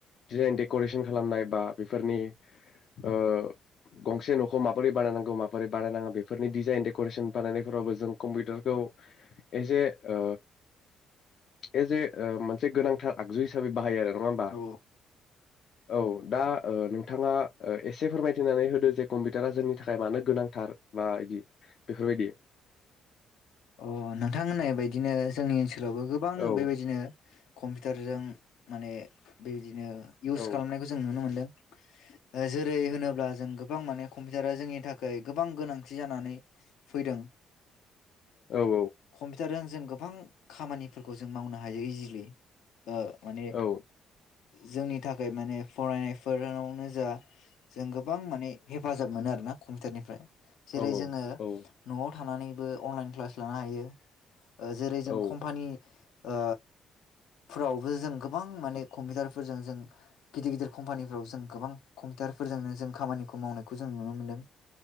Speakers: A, on the left; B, on the left.
A: डिजाइन डेक'रेसन खालामनाय बा बेफोरनि ओ गंसे न'खौ माबोरै बानायनांगौ माबोरै बानायनाङा बेफोरनि डिजाइन डेक'रेसन बानायनायफोरावबो जों कम्पिउटारखौ as a O S A मोनसे गोनांथार आगजु हिसाबै बाहायो आरो। नङा होमबा?
B: ओं औ
A: औ दा ओ नोंथाङा ओ एसे फोरमायथिनानै होदो जे कम्पिउटारा जोंनि थाखाय मानो गोनांथार बा इदि बेफोरबायदि।
B: अह नोंथांमोननाय बायदिनो जोंनि ओनसोलावबो गोबां
A: औ
B: बेबायदिनो कम्पिउटारजों माने बेबायदिनो इउस
A: औ
B: खालामनायखौ जों नुनो मोन्दों ओ जेरै होनोब्ला जों गोबां माने कम्पिउटारा जोंनि थाखाय गोबां गोनांथि जानानै फैदों।
A: औ
B: कम्पिउटार जों गोबां खामानि फोरखौ जों मावनो हायो इजिलि। ओ माने
A: औ
B: जोंनि थाखाय माने फरायनाय फोरावनो जा जों गोबां गोबां माने हेफाजाब मोनो आरो ना। कम्पिउटार निफ्राय जेरै
A: औ
B: जोङो
A: औ
B: न'आव थानानै बो अनलाइन क्लास लानो हायो। ओ जेरै जों
A: औ
B: कम्पानि ओ फोरावबो जों गोबां माने कम्पिउटार फोरजों जों गिदिर गिदिर कम्पानिफ्राव जों गोबां कम्पिउटार फोरजोंनो जों खामानिखौ मावनायखौ जों नुनो मोनदों।